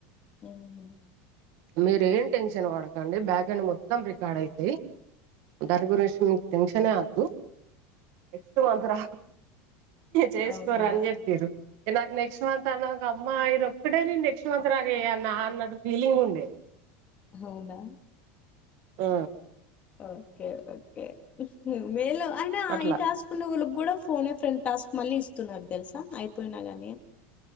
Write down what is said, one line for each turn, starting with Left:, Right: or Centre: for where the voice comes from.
Left: ఉమ్
Right: మీరు ఏం టెన్షన్ పడకండి బ్యాక్ ఎడ్ మొత్తం రికార్డ్ అయితాయి దాని గురెసి మిక్ టెన్షనే అద్దు నెక్స్ట్ మంతర చేసుకోరు
Left: అవునా
Right: అని చెప్పారు నాకు నెక్స్ట్ మంత్ తన ఒక అమ్మా ఇది ఒక్కడే నేను నెక్స్ట్ మంత్ రాగే అన్న అన్నట్ ఫీలింగ్ ఉండే
Left: అవునా
Right: ఉ
Left: ఓకే ఓకే అయినా ఆమెలో
Right: అట్లా
Left: ఈ టాస్క్ కొన్ని వాళ్ళకి కూడా ఫోనే ఆ ఫ్రెండ్ టాస్క్ మళ్ళీ ఇస్తున్నారు తెలుసా అయిపోయినా కానీ